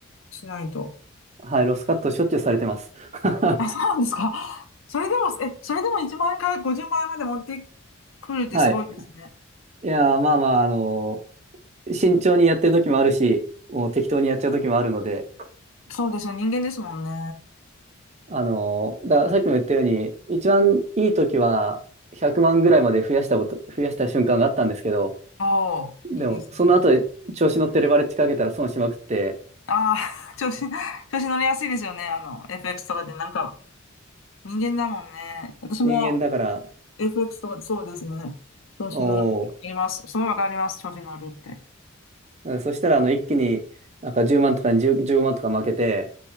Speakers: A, on the left; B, on the right.
A: しないと。
B: はい、ロスカットしょっちゅうされてます。<laughs>
A: あ、そうなんですか。それでも、え、それでも1万円から50万円まで持ってくるってすごいですね。
B: はい。いやー、まあまあ、あの、慎重にやってるときもあるし、もう適当にやっちゃうときもあるので、
A: そうですよ。人間ですもんね。
B: あの、だ、さっきも言ったように、一番いい時は100万ぐらいまで増やしたこと、増やした瞬間があったんですけど、
A: おー、
B: でも、
A: いいですね。
B: その後で調子乗ってレバレッジかけたら損しまくって、
A: ああ、<laughs> 調子、調子乗りやすいですよね。あの、FX とかでなんか人間だもんね。私も
B: 人間だから、
A: FX とかそうですね。調子乗る。
B: お
A: わかります。
B: ー
A: それはわかります。調子乗るって。
B: うんそしたら、あの、一気になんか10万とかに10、15万とか負けて、